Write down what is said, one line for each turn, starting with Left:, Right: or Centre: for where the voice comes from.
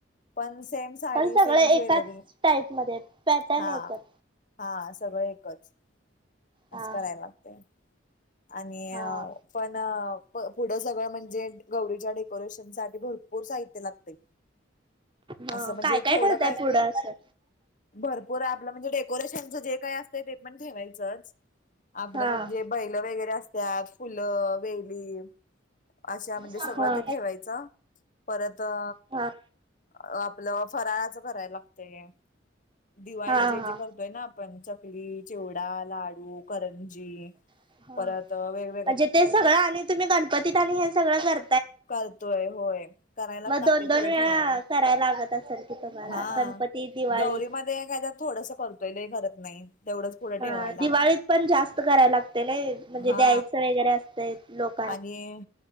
Left: पण सेम साडी
Right: पण सगळ
Left: सेम ज्वेलरी
Right: एकाच टाईपमध्येध्ये पॅटर्न
Left: हा
Right: एकच.
Left: हा सगळं एकच अस
Right: हा
Left: करायला लागते. आणि
Right: हा
Left: पण पुढं सगळं म्हणजे गौरीच्या डेकोरेशन सा ते भरपूर साहित्य लागते
Right: हा
Left: असं म्हणजे
Right: काय
Left: थोडं
Right: ठेवताय
Left: काय
Right: पुढं असं
Left: भरपूर आपलं म्हणजे डेकोरेशनचं जे काय असतं ते पण ठेवायचंच. आपलं
Right: हा
Left: म्हणजे बैल वगैरे असतात फुलं वेली अशा म्हणजे
Right: हा
Left: सगळं ते ठेवायचं परत अ
Right: हा
Left: अ आपलं फराळाचं करायला लागतय. दिवाळी
Right: हा
Left: जे
Right: हा
Left: जे करतोय ना आपण चकली चिवडा लाडू करंजी
Right: हा
Left: परत वेग
Right: म्हणजे ते सगळं आणि तुम्ही गणपतीत आणि हे सगळं कर
Left: करतोय होय करायलाच
Right: मग
Left: लागते
Right: दोन दोन
Left: पुढं
Right: वेळा
Left: ठेवायला.
Right: करायला लागत असेल. की तुम्हाला
Left: हा
Right: गणपती दिवाळीत
Left: गौरी मध्ये काय तर थोडस करतोय लय करत नाही तेवढंच. पुढं
Right: हा
Left: ठेवायला
Right: दिवाळीत पण जास्त करायला लागते नाई म्हणजे
Left: हा
Right: द्यायचं वगरे असत लोक
Left: आणि